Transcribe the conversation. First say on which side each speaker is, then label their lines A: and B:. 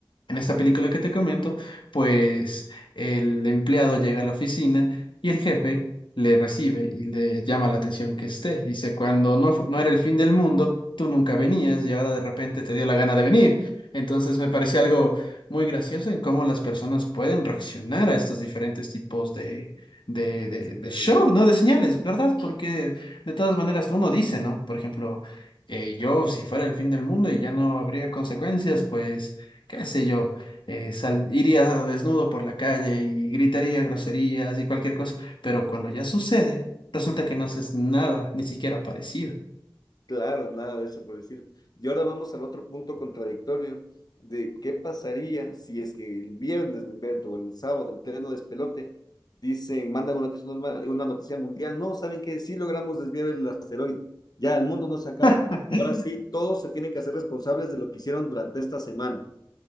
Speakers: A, on the left; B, on the left.
A: en esta película que te comento, pues el empleado llega a la oficina y el jefe le recibe y le llama la atención que esté. Dice, cuando no, fu- no era el fin del mundo, tú nunca venías y ahora de repente te dio la gana de venir. Entonces me pareció algo muy gracioso en cómo las personas pueden reaccionar a estos diferentes tipos de, de,
B: De
A: de,
B: escenarios,
A: de shock,
B: <laughs> ¿no?
A: ¿no? De señales, ¿verdad? Porque de todas maneras uno dice, ¿no? Por ejemplo, eh, yo si fuera el fin del mundo y ya no habría consecuencias, pues qué sé yo eh, sal- iría desnudo por la calle y gritaría groserías y cualquier cosa, pero cuando ya sucede, resulta que no haces nada, ni siquiera parecido.
B: Claro, nada de eso por decirlo. Y ahora vamos al otro punto contradictorio de qué pasaría si es que el viernes, me invento, o el sábado, en pleno despelote, dicen, mandan una noticia, normal- una noticia mundial, no, ¿saben qué? Sí logramos desviar el asteroide, ya el mundo no se acaba.
A: <laughs>
B: Ahora sí, todos se tienen que hacer responsables de lo que hicieron durante esta semana.